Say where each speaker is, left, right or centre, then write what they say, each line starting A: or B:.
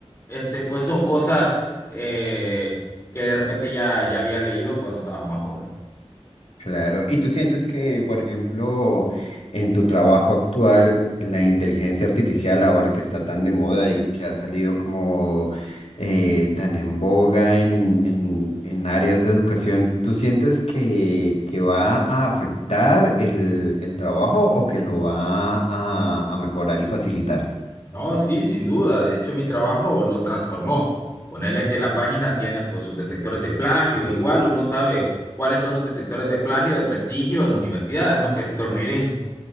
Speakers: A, on the left; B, on the left.
A: este, pues son cosas eh, que de repente ya, ya había leído cuando estaba más joven.
B: Claro, ¿y tú sientes que, por ejemplo, en tu trabajo actual, la inteligencia artificial, ahora que está tan de moda y que ha salido como eh, tan en boga en, en, en áreas de educación, ¿tú sientes que, que va a afectar el, el trabajo o que lo va a, a mejorar y facilitar?
A: No, sí, sin duda. De hecho, mi trabajo lo transformó. Ponerle que la página tiene pues sus detectores de plagio. Igual uno sabe cuáles son los detectores de plagio de prestigio en universidades, ¿no? Que es Turnitin.